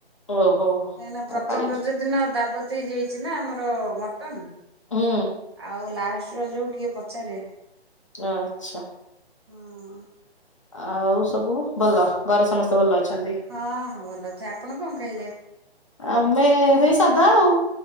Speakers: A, on the left; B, on the right.
A: ଓହୋ।
B: କାହିଁନା
A: ଆଉ
B: ପ୍ରଥମ
A: କାଲି
B: ରଜ ଦିନ ଦାବତ ହେଇଯାଇଛି ନା ଆମର ମଟନ।
A: ହୁଁ।
B: ଆଉ ଲାଷ୍ଟ ରଜକୁ କିଏ ପଚାରେ।
A: ଆଚ୍ଛା।
B: ହୁଁ।
A: ଆଉ ସବୁ ଭଲ ଘରେ ସମସ୍ତେ ଭଲ ଅଛନ୍ତି?
B: ହଁ ହଁ ଭଲ ଅଛି ଆପଣ କଣ ଖାଇଲେ?
A: ଆମେ ସେଇ ସାଧା ଆଉ